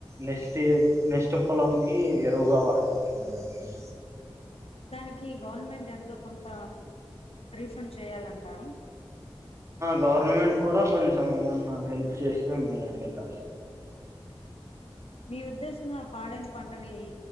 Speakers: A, on the right; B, on the left.
A: నెస్ట్ నెస్ట్ పొలంకి ఎరువుగా వాడొచ్చండి దాన్ని
B: దానికి గవర్నమెంట్ ఎంతో కొంత రీఫండ్ చేయాలంటారా
A: గవర్నమెంట్ కూడా కొంచెం ఏమన్నా హెల్ప్ చేస్తే మేలండి కా
B: మీ ఉద్దేశంలో పాడైన పంటని